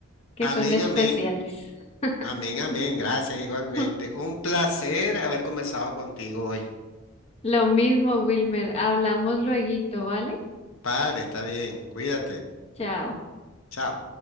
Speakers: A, on the left; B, on the left.
A: que
B: Amén,
A: son especiales.
B: amén, amén, amén.
A: <laughs>
B: Gracias igualmente. Un placer haber conversado contigo hoy.
A: Lo mismo, Wilmer. Hablamos lueguito, ¿vale?
B: Vale, está bien. Cuídate.
A: Chao.
B: Chao.